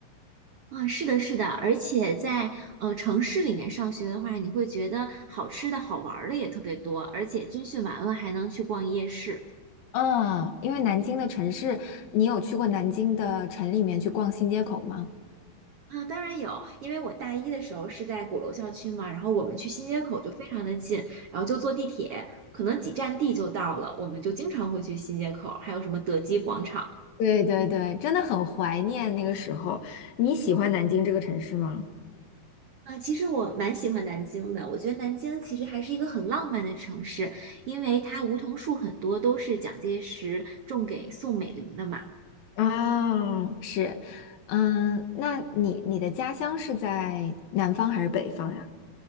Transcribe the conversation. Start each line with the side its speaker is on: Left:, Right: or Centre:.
Right: 啊，是的，是的，而且在呃城市里面上学的话，你会觉得好吃的好玩儿的也特别多，而且军训完了还能去逛夜市。
Left: 嗯，因为南京的城市，你有去过南京的城里面去逛新街口吗？
Right: 啊，当然有，因为我大一的时候是在鼓楼校区嘛，然后我们去新街口就非常的近，然后就坐地铁，可能几站地就到了，我们就经常会去新街口，还有什么德基广场。
Left: 对对对，真的很怀念那个时候。你喜欢南京这个城市吗？
Right: 啊，其实我蛮喜欢南京的，我觉得南京其实还是一个很浪漫的城市，因为它梧桐树很多都是蒋介石种给宋美龄的嘛。
Left: 哦，是，嗯，那你你的家乡是在南方还是北方呀？